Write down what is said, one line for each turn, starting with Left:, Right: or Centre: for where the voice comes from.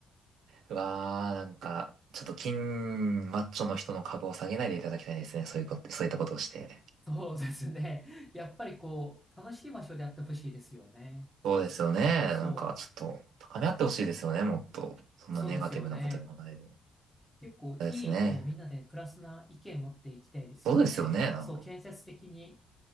Right: ー、うわー、なんか、ちょっと筋マッチョの人の株を下げないでいただきたいですね。そういうこと、そういったことをして。
Centre: そうですね。やっぱりこう、楽しい場所でやってほしいですよね。
Right: そうですよね。なんか、
Centre: そうそう。
Right: ちょっと、高め合ってほしいですよね、もっと。そんなネガティブなこと言わないで。
Centre: そうですよね。結構いい、
Right: 嫌ですね。
Centre: こうみんなでプラスな意見持っていきたいですよね。
Right: そうですよね、なんか。
Centre: そう、建設的に